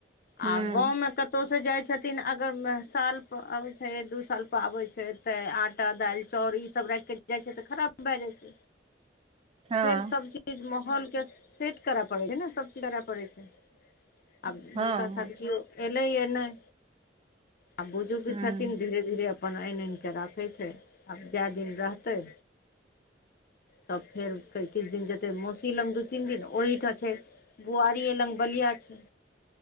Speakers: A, on the right; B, on the left.
A: हूँ
B: आ गाँव मे क कतौ से जाइ छथिन अगर साल पर आबै छै दू साल पर आबै छै तऽ आटा दालि चाउर ई सब राइख के जाय छै तऽ खराब भए जाय छै
A: हँ
B: फेर सबजी चीज माहौलके सेट करअ पड़ै छै ने सब चीज करय पड़ै छै आब
A: हँ
B: हुनका
A: हूँ
B: साथ कियौ एलैया नहि आ बुजुर्ग
A: हूँ
B: छथिन धीरे धीरे अपन आनि आनि कऽ राखै छै आब जए दिन रह तय तब फेर किछ दिन जेते मौसी लग दू तीन दिन ओहिठम छै बुआरी लग बलिया छै